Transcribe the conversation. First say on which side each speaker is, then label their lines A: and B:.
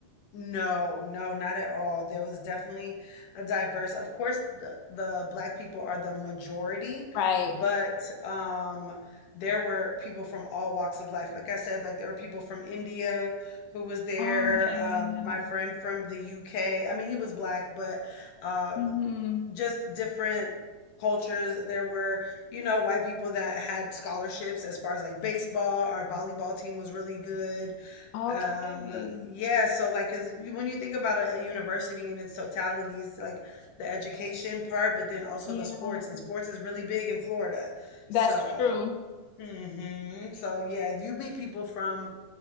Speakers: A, on the left (about 85°); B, on the left (about 65°).
A: No, no, not at all. There was definitely a diverse. Of course, the, the black people are the majority,
B: Right.
A: but um there were people from all walks of life. Like I said, like there were people from India who was there,
B: Oh, yeah.
A: uh, my friend from the UK. I mean, he was black, but um
B: Mm-hmm.
A: just different cultures. There were, you know, white people that had scholarships as far as like baseball. Our volleyball team was really good.
B: Okay.
A: Um, yeah, so like, 'cause you- when you think about a, a university in its totality, it's like the education part, but then also
B: Yeah.
A: the sports, and sports is really big in Florida.
B: That's
A: So,
B: true.
A: hmm So yeah, you meet people from